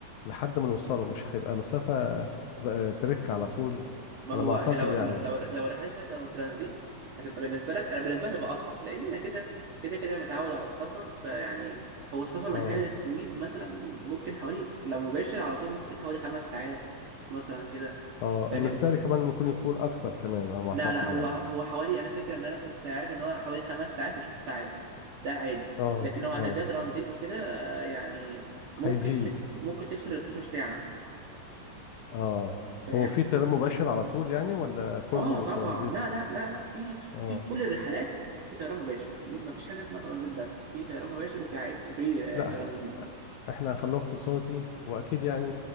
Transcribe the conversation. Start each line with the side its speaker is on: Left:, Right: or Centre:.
Left: لحد ما نوصله مش هيبقى مسافة د- ترك على طول
Right: ما
Left: على
Right: هو
Left: ما اعتقد
Right: هي لو
Left: يعني
Right: لو لو رحلات فيها ترانزيت هتبقى بالنسبة لك أنا بالنسبة لي هتبقى أصعب لأن أنا كده كده كده متعود على السفر فيعني هو السفر
Left: اه
Right: من هنا للسويد مثلا ممكن حوالي لو مباشر على طول ممكن حوالي خمس ساعات مثلا كده
Left: اه
Right: فاهم
Left: مستاهل كمان ممكن يكون اكتر كمان على ما
Right: لا
Left: اعتقد
Right: لا هو
Left: يعني
Right: هو حوالي انا فاكر ان انا كنت عارف ان هو حوالي خمس ساعات لست ساعات ده عادي
Left: اه
Right: لكن هو هتديها
Left: اه
Right: ترانزيت وكده آه، يعني ممكن
Left: هيزيد
Right: تكس ممكن تكسر ال 12 ساعه
Left: اه
Right: فاهم
Left: هو في تنام مباشر على طول يعني ولا كله
Right: اه طبعا
Left: ترانزيت
Right: لا لا لا لا في
Left: اه
Right: في في كل الرحلات في طيران مباشر في ما فيش حاجه اسمها ترانزيت بس في طيران مباشر وفي عادي وفي آه،
Left: لا
Right: ترانزيت
Left: ه- احنا هنخلوه اقتصادي واكيد يعني